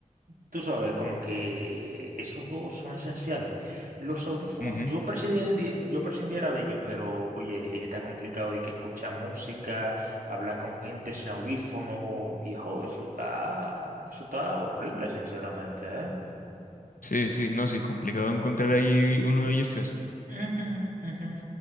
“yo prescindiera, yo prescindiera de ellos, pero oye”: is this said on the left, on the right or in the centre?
Right